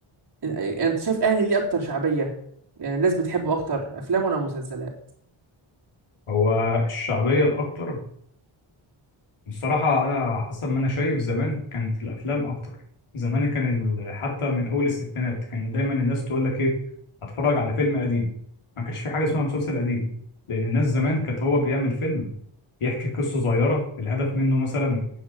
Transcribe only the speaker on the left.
هو الشعبية الأكتر بصراحة أنا حسب ما أنا شايف زمان كانت الأفلام أكتر زمان كان ال- حتى من أول الستينات كان دايما الناس تقول لك إيه هتفرج على فيلم قديم ما كانش في حاجة اسمها مسلسل قديم لأن الناس زمان كانت هو بيعمل فيلم يحكي قصة صغيرة الهدف منه مثلا